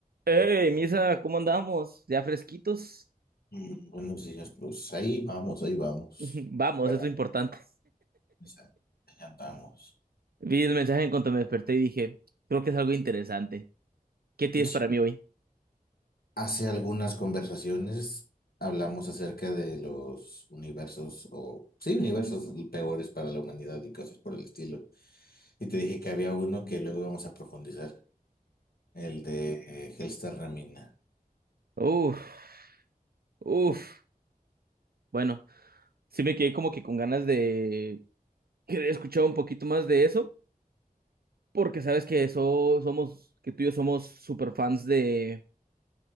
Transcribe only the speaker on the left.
Mm, Buenos días, pues ahí vamos, ahí vamos.
Pero,
esa- ahí andamos.
Sí.
Hace algunas conversaciones hablamos acerca de los universos o, sí, universos peores para la humanidad y cosas por el estilo. Y te dije que había uno que luego íbamos a profundizar, el de eh, Hellstar Ramina,